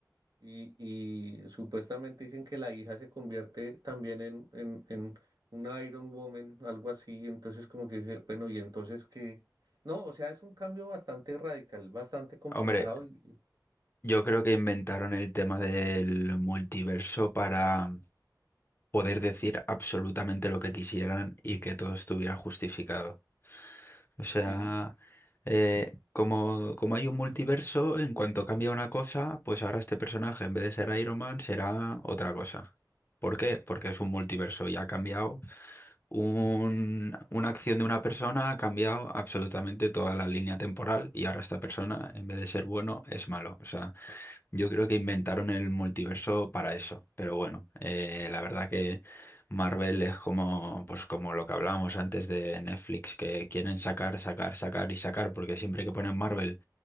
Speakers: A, on the right; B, on the left.
A: y, y supuestamente dicen que la hija se convierte también en, en, en una Iron Woman, algo así, entonces como que dice, bueno, y entonces que, no, o sea, es un cambio bastante radical, bastante complicado,
B: Hombre,
A: y, y-
B: yo creo que inventaron el tema del multiverso para poder decir absolutamente lo que quisieran y que todo estuviera justificado. O sea,
A: sí.
B: eh, como, como hay un multiverso, en cuanto cambia una cosa, pues ahora este personaje, en vez de ser Iron Man, será otra cosa. ¿Por qué? Porque es un multiverso y ha cambiado un- una acción de una persona ha cambiado absolutamente toda la línea temporal y ahora esta persona, en vez de ser bueno, es malo. O sea, yo creo que inventaron el multiverso para eso. Pero bueno, eh, la verdad que Marvel es como, pues como lo que hablábamos antes de Netflix, que quieren sacar, sacar, sacar y sacar, porque siempre que ponen Marvel,